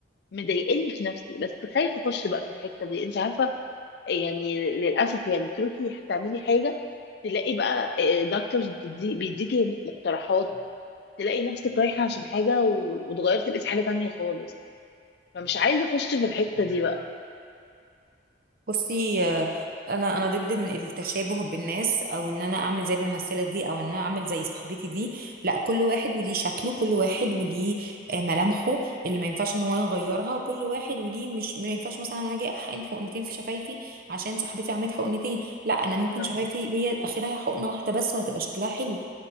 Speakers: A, on the left; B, on the right.
A: مضايقني في نفسي بس خايفه اخش بقى في الحته دي انت عارفه يعني للاسف يعني تروحي تعملي حاجه تلاقي بقى دكتورز بتدي بيديكي مقترحات تلاقي نفسك رايحه عشان حاجه و- وتغيرتي بقيتي حاجه تانية خالص فمش عايزه اخش في الحته دي بقى
B: بصي آه، انا انا ضد إن التشابه بالناس او ان انا اعمل زي الممثله دي او ان انا اعمل زي صاحبتي دي لا كل واحد وليه شكله كل واحد وليه آه، ملامحه اللي ما ينفعش ان هو يغيرها وكل واحد وليه مش ما ينفعش مثلا انا اجي احقن حقنتين في شفايفي عشان صاحبتي عملت حقنتين لا انا
A: بالظبط
B: ممكن شفايفي هي اخرها حقنه واحده بس وهتبقى شكلها حلو